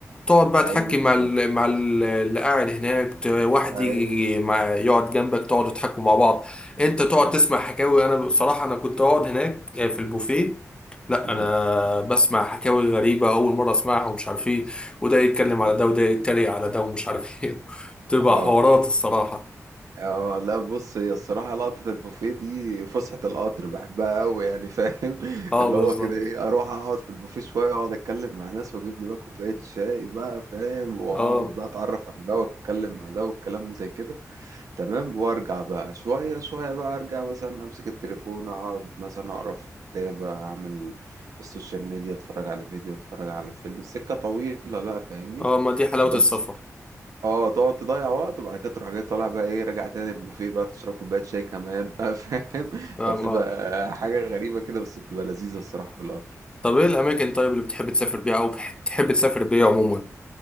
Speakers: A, on the left; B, on the right.
A: تقعد بقى
B: ايوه
A: تحكي
B: بالظبط
A: مع ال مع ال- اللي قاعد هناك ت- واحد
B: ايوه
A: يجي مع يقعد جنبك تقعدوا تحكوا مع بعض انت تقعد
B: اه
A: تسمع حكاوي انا بصراحة انا كنت اقعد هناك آه، في البوفيه لا
B: مم.
A: انا بسمع حكاوي غريبة اول مرة اسمعها ومش عارف ايه وده يتكلم
B: اه
A: على ده وده يتريق على ده ومش عارف ايه <laughs> تبقى
B: اه
A: حوارات الصراحة
B: اه لا بص هي الصراحه لقطه البوفيه دي فسحه القطر بحبها قوي يعني فاهم <laughs>
A: اه
B: اللي
A: بالظبط
B: هو كده ايه اروح اقعد في البوفيه شويه اقعد اتكلم مع ناس واجيب لي بقى كوبايه شاي بقى فاهم واقعد
A: اه
B: بقى اتعرف على ده واتكلم مع ده والكلام زي كده تمام وارجع بقى شوية شوية بقى ارجع مثلا امسك التليفون اقعد مثلا اقرا في كتاب اعمل في السوشيال ميديا اتفرج على فيديو اتفرج على فيلم السكة طويلة بقى فاهمني
A: اه ما دي حلاوة
B: بس
A: السفر
B: اه تقعد تضيع وقت وبعد كده تروح جاي طالع بقى ايه راجع تاني البوفيه بقى تشرب كوباية شاي كمان بقى فاهم <laughs>
A: فاهم
B: فبتبقى
A: اه
B: حاجة غريبة كده بس بتبقى لذيذة الصراحة في القطر
A: طب ايه الاماكن طيب اللي بتحب تسافر بيها او بتحب تسافر بيها عموما